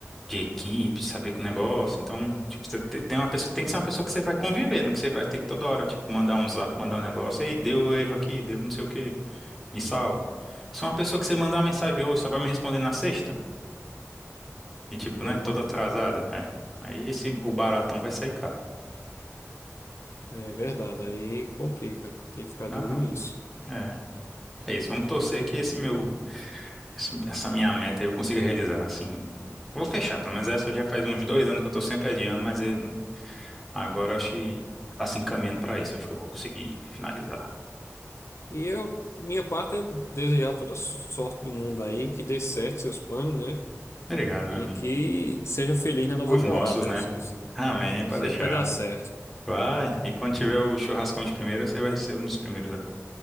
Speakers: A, in the centre; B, on the left (about 60°).
A: de equipe, de saber com o negócio. Então, tipo, você te- tem uma pessoa, tem que ser uma pessoa que você vai conviver, né? Que você vai ter que toda hora, tipo, mandar um zap, mandar um negócio, ei, deu erro aqui, deu não sei o quê, me salve. Só uma pessoa que você mandar uma mensagem hoje, só vai me responder na sexta. E tipo,
B: É,
A: né?
B: ma-
A: Toda atrasada. É. Aí esse, o baratão vai sair caro.
B: é verdade, aí complica. Tem que ficar
A: Dá
B: de olho
A: não.
B: nisso.
A: É. É isso. Vamos torcer que esse meu, esse- essa minha meta eu consiga realizar, assim. Vou fechar, pelo menos essa já faz uns dois anos que eu tô sempre adiando, mas eh, agora eu acho que tá se encaminhando pra isso. Acho que eu vou conseguir finalizar.
B: E eu, minha parte é desejar toda sorte do mundo aí, que dê certo seus planos, né?
A: Obrigado, meu
B: E
A: amigo.
B: que seja feliz na nova
A: Os
B: morada.
A: nossos, né?
B: Eu, eu
A: Amém,
B: eu
A: pode
B: sei
A: deixar.
B: que vai dar certo.
A: Vai. E quando tiver o churrascão de primeira, você vai ser um dos primeiros a